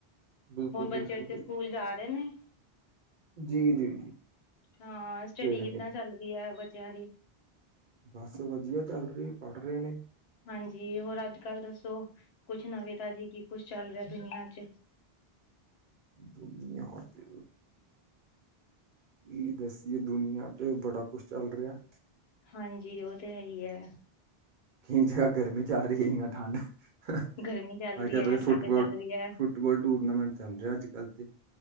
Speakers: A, on the right; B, on the left.
A: ਬਿਲਕੁਲ
B: ਹੋਰ ਬੱਚੇ-ਬੱਚੇ
A: ਬਿਲਕੁਲ
B: ਸਕੂਲ ਜਾ ਰਹੇ ਨੇ?
A: ਜੀ-ਜੀ, ਜੀ।
B: ਹਾਂ ਸਟੱਡੀ
A: ਗਏ
B: ਕਿੱਦਾਂ
A: ਨੇ
B: ਚੱਲਦੀ ਹੈ ਬੱਚਿਆਂ ਦੀ?
A: ਬਸ ਵਧੀਆ ਚੱਲ ਰਹੀ ਪੜ੍ਹ ਰਹੇ ਨੇ।
B: ਹਾਂਜੀ ਹੋਰ ਅੱਜ ਕੱਲ੍ਹ ਦੱਸੋ ਕੁਛ ਨਵੀ ਤਾਜੀ ਕੀ ਕੁੱਛ ਚੱਲ ਰਿਹਾ ਦੁਨੀਆ ਚ?
A: ਦੁਨੀਆਂ ਚ ਕੀ ਦੱਸੀਏ ਦੁਨੀਆ ਚ ਬੜਾ ਕੁਛ ਚੱਲ ਰਿਹਾ।
B: ਹਾਂਜੀ ਉਹ ਤਾਂ ਹੈ ਹੀ ਹੈ।
A: ਕਈ ਜਗ੍ਹਾ ਗਰਮੀ ਚੱਲ ਰਹੀ ਏ ਯਾ ਠੰਡ। ਅੱਜ
B: ਗਰਮੀ ਚੱਲ ਰਹੀ
A: ਕੱਲ੍ਹ
B: ਹੈ
A: ਪਤਾ
B: ਜਾਂ ਠੰਡ
A: ਫੁੱਟਬੋਲ-ਫੁੱਟਬਾਲ
B: ਚੱਲ ਰਹੀ ਹੈ
A: ਟੂਰਨਾਮੈਂਟ ਚੱਲ ਰਿਹਾ ਅੱਜ ਕੱਲ ਤੇ।